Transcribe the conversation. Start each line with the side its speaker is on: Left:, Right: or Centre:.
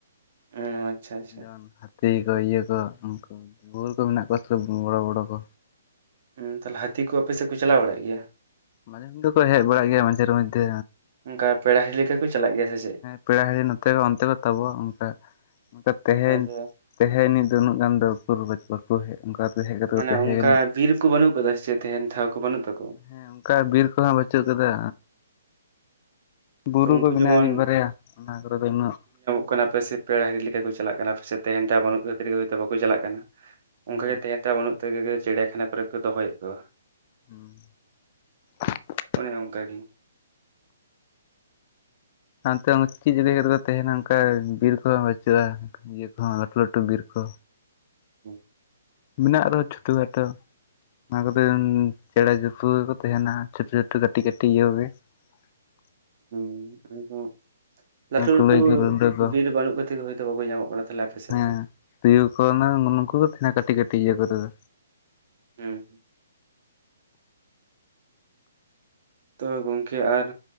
Right: ᱚ ᱟᱪᱪᱷᱟ ᱟᱪᱪᱷᱟ
Left: ᱡᱮᱢᱚᱱ <unintelligible> ᱛᱤᱜᱤ ᱠᱚ ᱤᱭᱟᱹ ᱠᱚ ᱩᱱᱠᱩ ᱵᱩᱨ ᱠᱚ ᱢᱮᱱᱟᱜ ᱠᱚᱣᱟ ᱥᱮ ᱵᱷᱩ ᱵᱚᱲᱚ ᱵᱚᱲᱚ ᱠᱚ
Right: ᱦᱩᱸᱛᱟᱦᱚᱞᱮ ᱦᱟᱹᱛᱤ ᱠᱚ ᱟᱯᱮ ᱥᱮᱫ ᱠᱚ ᱪᱟᱞᱟᱣ ᱵᱟᱲᱟᱜ ᱜᱮᱭᱟ
Left: ᱢᱟᱱᱮᱱ ᱧᱤᱫᱟᱹ ᱠᱚ ᱦᱮᱡ ᱵᱟᱲᱟᱜ ᱜᱮᱭᱟ ᱢᱟᱡᱷᱮᱨ ᱢᱚᱫᱽᱫᱷᱮ
Right: ᱚᱱᱠᱟ ᱯᱮᱲᱟ ᱦᱤᱨᱤ ᱞᱮᱠᱟ ᱠᱚ ᱪᱟᱞᱟᱜ ᱜᱮᱭᱟ ᱥᱮ ᱪᱮᱫ
Left: ᱯᱮᱲᱟ ᱦᱤᱨᱤ ᱱᱚᱛᱮ ᱠᱷᱚᱡ ᱚᱱᱛᱮ ᱠᱚ ᱛᱟᱵᱚ ᱚᱱᱠᱟ ᱚᱱᱠᱟ ᱛᱮᱦᱮᱧ
Right: ᱟᱪᱪᱷᱟ
Left: ᱛᱮᱦᱮᱧ ᱟᱹᱱᱤᱡ ᱫᱚ ᱩᱱᱟᱹᱜ ᱜᱟᱱ ᱫᱚ ᱩᱠᱩᱨ ᱵᱟᱠᱩ ᱦᱮᱡ ᱚᱱᱠᱟ ᱦᱮᱡ ᱠᱟᱛᱮ
Right: ᱢᱟᱱᱮ
Left: ᱠᱚ ᱛᱟᱦᱮᱸᱭ
Right: ᱚᱱᱠᱟ
Left: ᱠᱟᱱᱟ᱾
Right: ᱵᱤᱨ ᱠᱚ ᱵᱟᱹᱱᱩᱜ ᱟᱠᱟᱫᱟ ᱥᱮ ᱪᱮᱫ ᱛᱟᱦᱮᱱ ᱴᱷᱟᱶ ᱠᱚ ᱵᱟᱹᱱᱩᱜ ᱛᱟᱠᱚᱣᱟ
Left: ᱦᱮᱸ ᱚᱱᱠᱟ ᱵᱤᱨ ᱠᱚᱱᱟᱜ ᱵᱟᱹᱪᱩᱜ ᱟᱠᱟᱫᱟ ᱵᱩᱨᱩ
Right: ᱛᱚ ᱩᱱᱠᱩ
Left: ᱠᱚ ᱢᱮᱱᱟᱜ-ᱟ
Right: ᱡᱮᱢᱚᱱ
Left: ᱢᱤᱫ ᱵᱟᱨᱭᱟ ᱚᱱᱟ ᱠᱚ ᱨᱮ ᱫᱚ ᱩᱱᱟᱹᱜ
Right: ᱠᱚᱱᱟ ᱟᱯᱮ ᱥᱮᱫ ᱯᱮᱲᱟ ᱦᱤᱨᱤ ᱞᱮᱠᱟ ᱠᱚ ᱪᱟᱞᱟᱜ ᱠᱟᱱᱟ ᱥᱮ ᱛᱮᱦᱮᱱ ᱴᱷᱟᱶ ᱵᱟᱹᱱᱩᱜ ᱛᱟᱯᱮ ᱛᱤᱜᱤ ᱜᱮ ᱦᱚᱭ ᱛᱚ ᱵᱟᱠᱚ ᱪᱟᱞᱟᱜ ᱠᱟᱱᱟ ᱚᱱᱠᱟ
Left: ᱦᱩᱸ
Right: ᱜᱮ ᱛᱮᱦᱮᱱ ᱴᱷᱟᱶ ᱵᱟᱹᱱᱩᱜ ᱛᱮ ᱜᱮ ᱪᱮᱲᱤᱭᱟᱠᱷᱟᱱᱟ ᱠᱚ ᱨᱮ ᱠᱚ ᱫᱚᱦᱚᱭᱮᱫ ᱠᱚᱣᱟ᱾
Left: <inaudible>
Right: ᱦᱳᱭ ᱚᱱᱠᱟ ᱜᱤ
Left: ᱦᱟᱱᱛᱮ ᱦᱚᱸ ᱪᱮᱫ ᱡᱟᱜᱟᱹᱭ ᱨᱮ ᱠᱚ ᱛᱟᱦᱮᱱᱟ ᱚᱱᱠᱟ ᱵᱤᱨ ᱠᱚ ᱦᱚᱸ ᱵᱟᱹᱪᱩᱜ-ᱟ᱾ ᱤᱭᱟᱹ ᱠᱚ ᱦᱚᱸ ᱞᱟᱹᱴᱩ ᱞᱟᱹᱴᱩ ᱵᱤᱨ ᱠᱚ
Right: ᱦᱩᱸ
Left: ᱢᱮᱱᱟᱜ ᱨᱮᱦᱚᱸ ᱪᱷᱩᱴᱩ ᱜᱟᱛᱚ ᱚᱱᱟ ᱠᱚ ᱫᱟᱹᱱ ᱪᱮᱸᱬᱮ ᱡᱩᱯᱷᱣᱟᱹ ᱠᱚ ᱛᱟᱦᱮᱱᱟ ᱪᱷᱳᱴᱳ ᱪᱷᱳᱴᱳ ᱠᱟᱹᱴᱤᱡ ᱠᱟᱹᱴᱤᱡ ᱤᱭᱟᱹ ᱠᱚ ᱜᱮ <inaudible>
Right: ᱦᱩᱸ ᱱᱚᱜ-ᱚᱭ ᱛᱚ ᱞᱟᱹᱴᱩ
Left: ᱠᱩᱞᱟᱹᱭ
Right: ᱞᱟᱹᱴᱩ
Left: ᱠᱚ ᱨᱩᱰᱟᱹ ᱠᱚ
Right: ᱵᱤᱨ ᱵᱟᱹᱱᱩᱜ ᱠᱷᱟᱹᱛᱤᱨ ᱦᱚᱭ ᱛᱚ ᱵᱟᱠᱚ ᱧᱟᱢᱚᱜ ᱠᱟᱱᱟ᱾ ᱛᱟᱦᱚᱞᱮ ᱟᱯᱮ ᱥᱮᱫ
Left: ᱦᱮᱸ
Right: ᱫᱚ
Left: ᱛᱩᱭᱩ ᱠᱚ ᱩᱱᱟᱝ ᱱᱩ ᱱᱩᱠᱩ ᱠᱚ ᱛᱟᱦᱮᱱᱟ ᱠᱟᱹᱴᱤᱡ ᱠᱟᱹᱴᱤᱡ ᱤᱭᱟᱹ ᱠᱚᱨᱮ ᱫᱚ
Right: ᱦᱩᱸ ᱛᱚ ᱜᱚᱝᱠᱮ ᱟᱨ